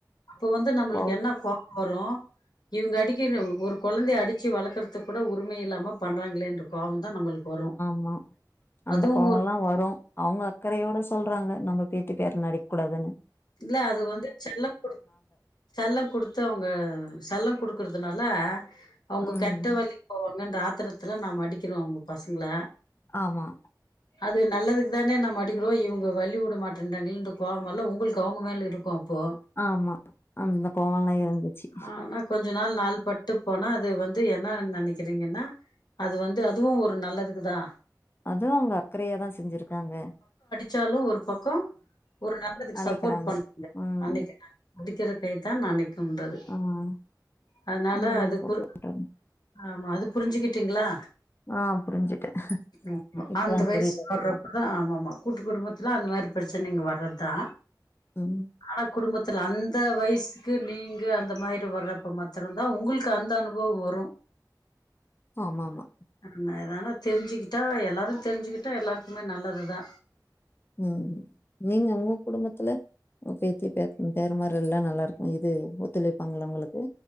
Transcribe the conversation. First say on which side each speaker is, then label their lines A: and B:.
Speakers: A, on the left (about 70°); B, on the left (about 30°).
A: அப்ப வந்து நம்மளுக்கு
B: கோவ
A: என்ன கோவோவரு இவுங்க அடிக் இரு ஒரு குழந்தை அடிச்சு வளக்கற்து கூட உரிமை இல்லாம பண்றாங்களே இன்ற கோவோ தா நம்மளுக்கு வரு
B: ஆமா அந்த
A: அதுவு
B: கோவம்ல்லா
A: ஒரு
B: வரூ அவுங்க அக்கறையோட சொல்றாங்க நம்ம பேத்தி பேரன அடிக்க கூடாதுன்னு
A: இல்ல அது வந்து செல்லோ குடுத் செல்லோ குடுத்து அவுங்க செல்லோ குடுக்குற்துனால அவுங்க
B: ம்.
A: கெட்ட வழி போவாங்க அங்க அந்த அத்திரத்துல நாம அடிக்கிறோ உங்க பசங்கள
B: ஆமா
A: அது நல்லதுக்கு தானே நம அடிக்கிறோ இவுங்க வழி உட மாட்டேன்றாங்கலே கோவாமல்லா உங்களுக் கு அவங்க மேல இருக்கு அப் போ
B: ஆமா. அந்த கோவம்லாம் இருந்துச்சு.
A: ஆனா கொஞ்ச நாள் நாள் பட்டு போனா அது வந் து என்னன் நெனைக்கிறீங்கன்னா அது வந்து அதுவு ஒரு நல்லதுக்குதா
B: அதுவு அவங்க அக்கறையாதா செஞ்சுருக்காங்க
A: சாலு ஒரு பக்கோ ஒரு நல்லதுக்கு
B: அணைக்கிறாங்க.
A: சப் போட் பண்ணுங்க
B: ம்.
A: அன்னைக்குங்ளா அடிக்குற கைதான் அனைக் ன்றது
B: ஆ.
A: அதனால
B: அந்த மாரி
A: அது
B: சப்போர்ட்
A: குர் ஆமா அது புருஞ்சுக்கிட்டீங்களா
B: ஆ புரிஞ்சுட்டே
A: ஆமா
B: இப்பதா
A: அந்த வயசு
B: புரியுது அதெல்லா
A: வர்றப்பதா ஆமா ஆமா கூட்டு குடும்பத்துல அந்த மாரி பிரச்சனைங்க வர்றது தா
B: ம்
A: ஆனா குடும்பத் த்துல அந்த வயசுக்கு நீங்க அந்த மாரி வறப்ப மாத்துரந்தா உங்களுக்கு அந்த அனுபவோ வரு
B: ஆமா ஆமா
A: ஆன இதானா தெருஞ்சுக்கிட் டா எல்லாரு தெருஞ்சுக்கிட்டா எல்லாருக்குமே நல்லது தா
B: ம் நீங்க உங்க குடும்பத்துல பேத்தி பே பேரமாருக எல்லா நல்லா இருக்கு இது ஒத்துழைப்பாங்களா உங்களுக்கு